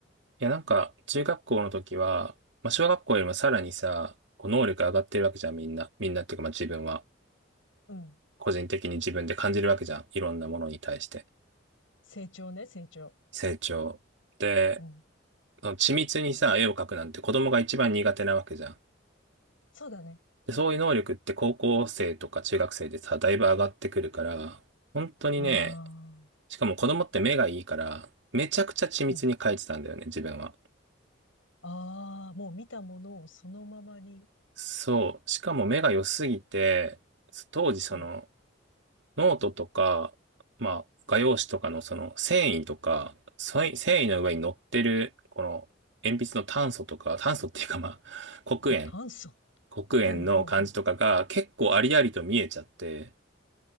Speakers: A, on the right; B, on the left.
A: や、なんか、中学校の時は、まあ、小学校よりもさらにさ、こう能力上がってるわけじゃん、みんな。みんなっていうか、まあ自分は、
B: うん。
A: 個人的に自分で感じるわけじゃん。いろんなものに対して。
B: 成長ね、成長。
A: 成長。で、
B: うん。
A: その緻密にさ、絵を描くなんて子供が一番苦手なわけじゃん。
B: そうだね。
A: で、そういう能力って高校生とか中学生でさ、だいぶ上がってくるから、本当にね、
B: ああ。
A: しかも子供って目がいいから、めちゃくちゃ緻密に描いてたんだよね、
B: うん。
A: 自分は。
B: ああ、もう見たものをそのままに。
A: そう。しかも目が良すぎて、当時その、
B: うん。
A: ノートとか、まあ、画用紙とかのその繊維とか、繊維繊維の上に乗ってる、この、鉛筆の炭素とか、炭素っていうかまあ、黒鉛、
B: 炭素。
A: 黒鉛の感じとかが結構ありありと見えちゃって、
B: うんうんうん。